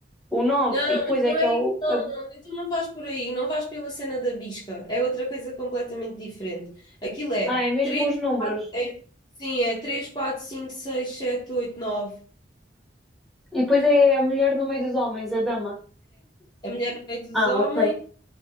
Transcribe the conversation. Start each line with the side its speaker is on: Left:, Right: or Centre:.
Centre: o 9
Left: Não,
Centre: e depois
Left: mas
Centre: é
Left: não
Centre: que
Left: é.
Centre: é o.
Left: Não,
Centre: a-
Left: não, então não vais por aí, não vais pela cena da bisca. É outra coisa completamente diferente. Aquilo é
Centre: ah, é mesmo
Left: 3,
Centre: os números.
Left: 4. é, sim, é 3, 4, 5, 6, 7, 8, 9.
Centre: E depois é a mulher no meio dos homens, a dama.
Left: A mulher no meio dos
Centre: Ah,
Left: homens.
Centre: ok.